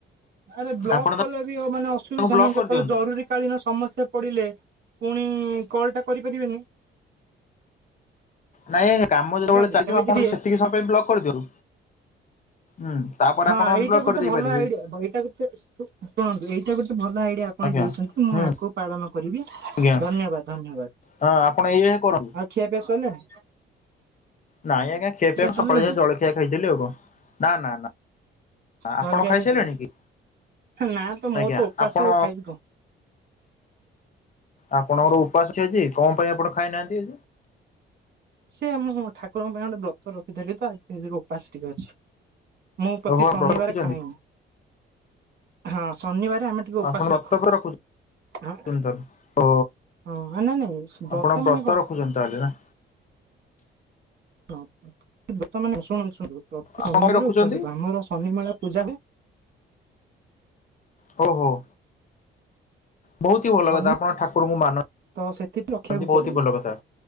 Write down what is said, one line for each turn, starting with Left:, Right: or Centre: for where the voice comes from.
Right: ଆରେ ବ୍ଲକ୍
Left: ଆପଣ
Right: କଲେ ବି <unintelligible> ମାନେ ଅସୁବିଧା
Left: ତାକୁ ବ୍ଲକ୍
Right: ନା କେତବେଳେ
Left: କରିଦିଅନ୍ତୁ।
Right: ଜରୁରୀ କାଳୀନ ସମସ୍ୟା ପଡିଲେ ପୁଣି କଲ୍ ଟା କରିପାରିବେନି।
Left: ନାଇଁ ଆଜ୍ଞା କାମ
Right: ବୁଝୁଛନ୍ତି
Left: ଯେତେବେଳେ ଚାଲିଥିବ
Right: ସେମିତି
Left: ଆପଣ
Right: ଟିକେ
Left: ସେତିକି ସମୟ ପାଇଁ ବ୍ଲକ୍ କରିଦିଅନ୍ତୁ ହୁଁ। ତାପରେ
Right: ହଁ
Left: ଆପଣ ଅନବ୍ଲକ୍
Right: ଏଇଟା ଗୋଟେ
Left: କରିଦେଇ
Right: ଭଲ
Left: ପାରିବେ
Right: ଆଇଡିଆ ଏଇଟା ଗୋଟେ ଶୁଣନ୍ତୁ ଏଇଟା ଗୋଟେ ଭଲ ଆଇଡିଆ ଆପଣ
Left: ଆଜ୍ଞା
Right: ଦେଇଛନ୍ତି ମୁଁ
Left: ହୁଁ
Right: ଆକୁ ପାଳନ କରିବି ଧନ୍ୟବାଦ୍।
Left: ଆଜ୍ଞା।
Right: ଆଁନ୍ୟାବାଦ୍।
Left: ହଁ ଆପଣ ଏୟା କର
Right: ଆଉ ଖିଆପିଆ ସଇଲାଣି?
Left: ନାଇଁ ଆଜ୍ଞା ଖିଆପିଆ
Right: ସରିଲାଣି
Left: ସକାଳେ ଯାହା ଜଳଖିଆ ଖାଇଥିଲି ଆଉ କଁ ନା-ନା-ନା।
Right: ଜଳଖିଆ
Left: ଆପଣ ଖାଇସାଇଲେଣି
Right: ଖାଇକି?
Left: କି?
Right: ନା ତ ମୁଁ
Left: ଆଜ୍ଞା
Right: ତ ଉପାସେ
Left: ଆପଣ
Right: ଆଉ ଖାଇବି କଁ।
Left: ଆପଣଙ୍କର ଉପାସ୍ ଅଛି ଆଜି କଁ ପାଇଁ ଆପଣ ଖାଇନାହାଁନ୍ତି?
Right: ସିଏ ମୁଁ ଆଉ ମୁଁ ଠାକୁରଙ୍କ ପାଇଁ ଗୋଟେ ବ୍ରତ ରଖିଥିଲି ତ ଆଜି ସେ ଉପାସ୍ ଟିକେ ଅଛି। ମୁଁ ପ୍ରତି
Left: ଓହୋ
Right: ଶନିବାରେ
Left: ବ୍ରତ ରଖୁଛନ୍ତି
Right: ଖାଅଁ ହଁ ଶନିବାରେ ଆମେ ଟିକେ ଓପାସ
Left: ଆପଣ ବ୍ରତ
Right: ରଖୁ
Left: ବି ରଖୁଛନ୍ତି
Right: ହଁ,
Left: ତାହେଲେ ଓ
Right: ହଁ ନାଁ ନାଇଁ।
Left: ଆପଣ
Right: ମାନେ
Left: ବ୍ରତ
Right: କଣ?
Left: ରଖୁଛନ୍ତି ତାହେଲେ ନା?
Right: ହଁ ବର୍ତ୍ତମାନ ଶୁଣନ୍ତୁ-ଶୁଣନ୍ତୁ ପ୍ରତି
Left: ଆପଣ
Right: ଶନିବାର
Left: ପାଇଁ ରଖୁଛନ୍ତି
Right: ଉପାସିତ ଆମର ଶନି ମେଳା ପୂଜାରେ
Left: ଯୋଉ ଯୋଉ। ବୋହୁତି ହି ଭଲ
Right: ଶନି
Left: କଥା ଆପଣ ଠାକୁରଙ୍କୁ ମାନନ୍ତି
Right: ତ ସେଥିପାଇଁ ରଖିବାକୁ
Left: ବୋହୁତି
Right: ପଡେ।
Left: ହି ଭଲ କଥା